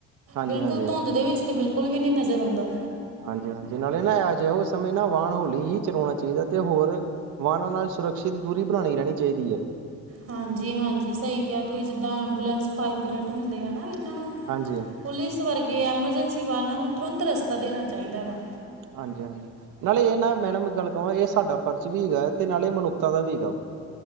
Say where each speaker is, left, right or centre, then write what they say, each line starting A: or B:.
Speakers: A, on the right; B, on the right.
A: ਹਾਂਜੀ
B: ਬਿਲਕੁਲ
A: ਹਾਂਜੀ।
B: ਧੁੰਦ ਦੇ ਵਿੱਚ ਤੇ ਬਿਲਕੁਲ ਵੀ ਨੀ ਨਜ਼ਰ ਆਉਂਦਾ।
A: ਹਾਂਜੀ-ਹਾਂਜੀ। ਨਾਲੇ ਨਾ ਅ ਐਜੋਹੇ ਸਮੇਂ ਨਾ ਵਾਹਨ ਹੋਲੀ ਹੀ ਚਲਾਉਨਾ ਚਾਹੀਦਾ ਤੇ ਹੋਰ ਵਾਹਨਾਂ ਨਾਲ ਸੁਰੱਕਿਸਤ ਦੂਰੀ ਬਣਾਉਣੀ ਰਹਿਣੀ ਚਾਹੀਦੀ ਐ।
B: ਹਾਂਜੀ-ਹਾਂਜੀ। ਸਹੀ ਕਿਹਾ ਤੁਸੀਂ ਜਿੱਦਾਂ ਐਬੂਲੈਂਸ, ਫਾਇਰ- ਬੀਗੇ੍ਡ ਹੁੰਦੇ ਆ ਨਾ ਏਹਨਾਂ ਨੂੰ
A: ਹਾਂਜੀ-ਹਾਂਜੀ।
B: ਪੁਲਿਸ ਵਰਗੇ ਐਮਰਜੈਂਸੀ ਵਾਹਨਾਂ ਨੂੰ ਤੁਰੰਤ ਰਸਤਾ ਦੇਨਾ ਚਾਹੀਦਾ ਵਾ।
A: ਹਾਂਜੀ-ਹਾਂਜੀ। ਨਾਲੇ ਇਹ ਨਾ ਮੈਡਮ ਇੱਕ ਗੱਲ ਕਵਾਂ ਇਹ ਸਾਡਾ ਫਰਜ਼ ਵੀ ਹੈਗਾ ਤੇ ਨਾਲੇ ਇਹ ਮਨੁੱਖਤਾ ਦਾ ਵੀ ਹੈਗਾ ਵਾ।